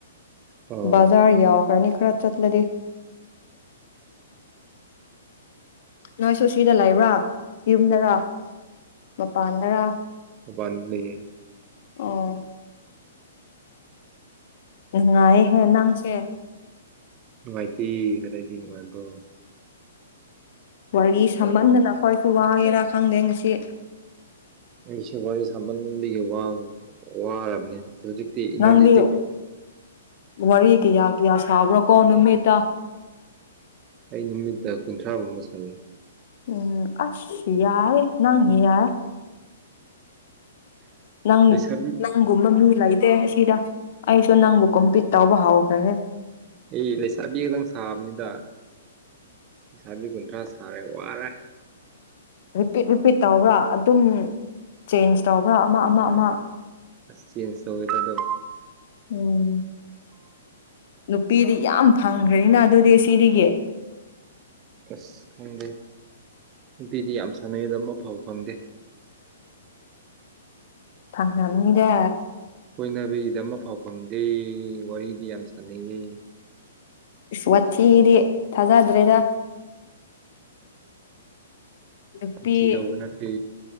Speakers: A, on the right; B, on the left.
A: ꯑꯣ
B: ꯕꯥꯖꯔ ꯌꯥꯎ ꯈꯔꯅꯤ ꯈꯔ ꯆꯠꯂ ꯗ ꯅꯣꯏ ꯁꯨ ꯁꯤꯗ ꯂꯩꯕ꯭ꯔꯥ ꯌꯨꯝꯗꯔꯥ ꯃꯄꯥ ꯑꯅꯔ
A: ꯃꯕꯥꯥꯟ ꯂꯩꯦ
B: ꯑꯣ ꯅꯨꯡꯉꯥꯏꯍꯦ ꯅꯪꯁꯦ
A: ꯅꯨꯡꯉꯥꯏꯇ ꯀꯗꯥꯗꯤ ꯅꯨꯡꯉꯥꯏꯒꯣ
B: ꯋꯥꯔꯤ ꯁꯝꯍꯟꯗꯅ ꯑꯩꯈꯣꯏꯁꯨ ꯋꯥꯒꯦꯔꯥ ꯈꯪꯗꯦ ꯉꯁꯤ
A: ꯃꯁꯤ ꯋꯥꯔꯤ ꯋꯥꯔꯤ ꯁꯃꯗꯤ ꯌꯕ ꯋꯥꯔꯕꯅꯤ ꯍꯧꯖꯤꯛꯇꯤ ꯏꯅꯔꯖꯤꯇꯤ
B: ꯅꯪꯗꯤ ꯋꯥꯔꯤ ꯀꯌꯥ ꯀꯌꯥ ꯁꯥꯕ꯭ꯔꯣ ꯀꯣ ꯅꯨꯃꯤꯠꯇ
A: ꯑꯩ ꯅꯨꯃꯤꯠꯇ ꯀꯨꯟꯊ꯭ꯔꯥꯃꯨꯝꯝ ꯑꯃ ꯁꯥꯏ
B: ꯎꯝ ꯑꯁ ꯌꯥꯔ ꯅꯏ ꯌꯥꯔ ꯅꯪ
A: ꯂꯩꯁꯥꯕꯤ
B: ꯅꯪꯃꯃꯤ ꯂꯥꯏ ꯦ ꯑꯁꯤꯗ ꯑꯩꯁꯨ ꯅꯪꯕꯨ ꯀꯣꯝꯄꯤꯠ ꯇꯥꯎꯕ ꯍꯥꯎꯈ꯭ꯔꯅꯦꯦ
A: ꯑꯩ ꯂꯩꯁꯥꯕꯤ ꯈꯛꯇꯪ ꯁꯥꯕꯅꯤꯗ ꯄꯁꯥꯕꯤ ꯀꯨꯟꯊ꯭ꯔꯥ ꯁꯥꯔꯦ ꯋꯥꯔꯦ
B: ꯔꯤꯄꯤꯠ ꯔꯤꯄꯤꯠ ꯇꯧꯕ꯭ꯔꯥ ꯑꯗꯨꯝ ꯆꯦꯟꯖ ꯇꯧꯕ꯭ꯔꯥ ꯑꯃ ꯑꯃ ꯑꯃ
A: ꯑꯁ ꯆꯦꯟꯁꯨ ꯑꯣꯏꯣꯏꯗ ꯑꯗꯨꯣ
B: ꯎꯝ ꯅꯨꯄꯤꯗꯤ ꯌꯥꯝ ꯐꯪꯈ꯭ꯔꯅꯤꯅ ꯑꯗꯨꯗꯤ ꯁꯤꯗꯤꯗꯒꯤ
A: ꯑꯁ ꯈꯪꯗꯦ ꯑꯗꯨꯗꯤ ꯌꯥꯝ ꯁꯥꯟꯅꯩꯗꯝ ꯑꯐꯥꯎ ꯐꯪꯗꯦ
B: ꯐꯪꯗ
A: ꯀꯣꯏꯅꯕꯒꯤꯗ ꯑꯃꯐꯥꯎ ꯐꯪꯗꯦ ꯋꯥꯔꯤꯗꯤ ꯌꯥꯝ ꯁꯥꯟꯅꯑ
B: ꯋꯥꯊꯤꯗꯤ ꯊꯥꯖꯗ꯭ꯔꯦꯗ ꯅꯨꯄꯤ
A: ꯊꯤ ꯇꯧꯕ ꯅꯄꯤ